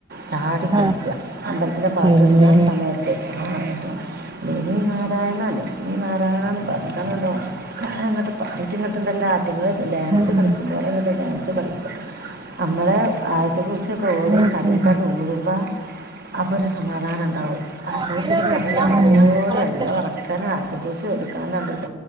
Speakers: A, on the right; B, on the right.
A: ചാടി കളിക്ക
B: ആഹ്
A: അമ്പലത്തിൽ പാട്ട്
B: പിന്നെ
A: ഇട്ണ സമയത്ത് <unintelligible> ദേവി നാരായണ ലക്ഷ്മി നാരായണന്ന് പറഞ്ഞുകാണ്ട് ഒറക്കന്നേ ഇങ്ങട്ട് പാടിയിട്ട് ഇങ്ങട്ടുണ്ടല്ലാ ആറ്റിങ്ങൾ ഡാൻസ്
B: ആഹ്
A: കളിക്കും പോലെ ഇങ്ങോട്ട് ഡാൻസ് കളിക്കും. നമ്മള് ആയത്ത്കുറിസ്സിക്കെ ഓതി
B: ആഹ്
A: തലേക്കെങ്ങട്ട്
B: ശരി
A: ഊതുമ്പോ അപ്പൊ ഒരു സമാധാനം ഉണ്ടാവും ആയത്ത്കുറിസ്സിക്കെ
B: മൊബൈലവിടെ
A: ഞങ്ങള്
B: വെച്ചാ
A: നല്ല
B: മതി
A: പോലെ ഒർക്കനെ ആയതുകുറുസ്സി ഓതി കാണ്ട് <unintelligible>